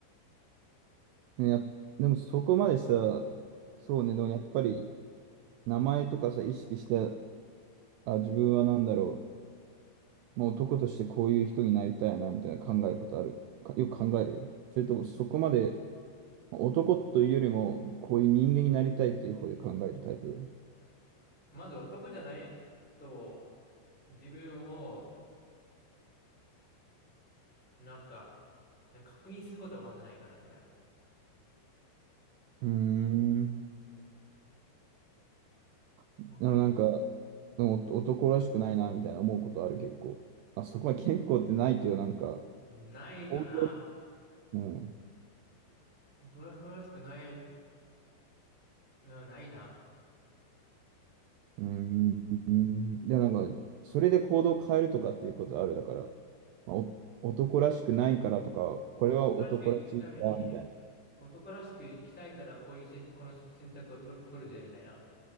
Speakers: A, on the right (about 80°); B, in the centre.
A: ね、やっでもそこまでさ、そうね、でもやっぱり名前とかさ、意識して、あ、自分は何だろう、もう男としてこういう人になりたいな、みたいな考えることある。か、よく考える。それともそこまでまあ男というよりも、こういう人間になりたいっていう方で考えるタイプ。
B: まず男じゃないと自分をなんか、なんか確認することはまずないかなみたいな。
A: うーん。でもなんか、
B: わかる。
A: でもお男らしくないな、みたいな思うことある、結構。あ、そこまで結構ってないけど、なんか、
B: ないかな。
A: こういう、うん。
B: 男らしくない、うん、ないな。
A: うーん。で、なんか、それで行動を変えるとかっていうことある。だから、まあ、お男らしくないからとか、これは男らしいから、
B: 男らしく生きるために、
A: みたいな。
B: 男らしく生きたいからこういう選、この選択を取る、取るぜみたいな。